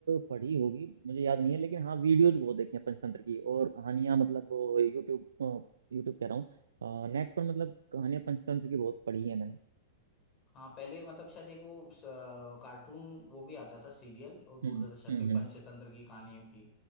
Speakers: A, on the right (about 80°); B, on the left (about 35°).
A: पढ़ी होगी मुझे याद नहीं है लेकिन हाँ वीडियोज बहुत देखी हैं पंचतंत्र की और कहानियां मतलब वो यूट्यूब अ, यूट्यूब कह रहा हूँ नेट पर मतलब कहानियां पंचतंत्र की बहुत पढ़ी है मैंने
B: हाँ पहले मतलब शायद एक वो स- कार्टून वो भी आता था सीरियल और दूरदर्शन
A: हम्म हम्म
B: पे
A: हम्म,
B: पंचतंत्र की कहानियों की